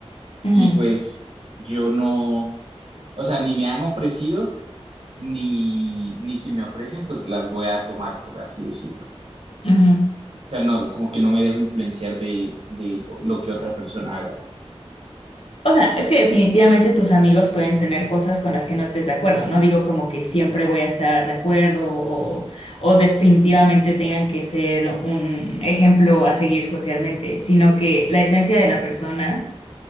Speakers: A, on the left; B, on the right.
A: Ujú,
B: Y pues yo no, o sea, ni me han ofrecido ni, ni si me ofrecen, pues las voy a tomar, por así decirlo.
A: ujú.
B: O sea, no, como que no me dejo influenciar de, de lo que otra persona haga.
A: O sea, es que definitivamente tus amigos pueden tener cosas con las que no estés de acuerdo. No digo como que siempre voy a estar de acuerdo o, o definitivamente tengan que ser un ejemplo a seguir socialmente, sino que la esencia de la persona